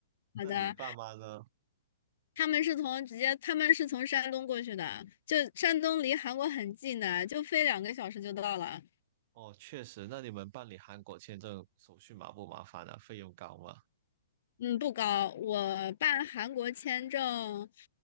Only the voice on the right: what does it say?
那你爸妈呢？
哦，确实，那你们办理韩国签证手续麻不麻烦啊？费用高吗？